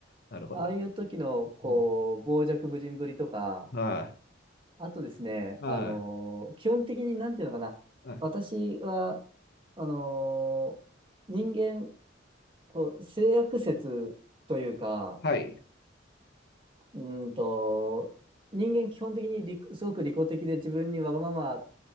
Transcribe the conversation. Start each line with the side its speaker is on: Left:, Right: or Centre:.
Left: なるほど、
Right: ああいう時の、
Left: なるほど。
Right: こう、
Left: うん
Right: 傍若無人ぶりとか、
Left: はい、
Right: あとですね、
Left: は
Right: あのー基本的になんていうのかな、
Left: い、はい、
Right: 私は、あのー人間、こう、性悪説というか、
Left: はい。
Right: うーんと、人間基本的に利すごく利己的で自分にわがまま